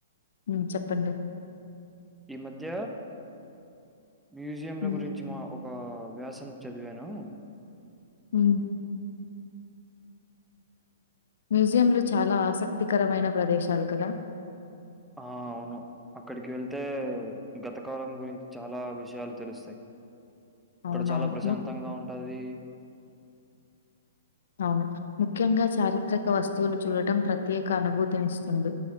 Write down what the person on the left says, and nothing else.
హ్మ్ చెప్పండి.
హ్మ్
ఉ మ్యూజియంలు చాలా ఆసక్తికరమైన ప్రదేశాలు కదా
అవునవును.
ము
అవును ముఖ్యంగా చారిత్రక వస్తువులు చూడటం ప్రత్యేక అనుభూతినిస్తుంది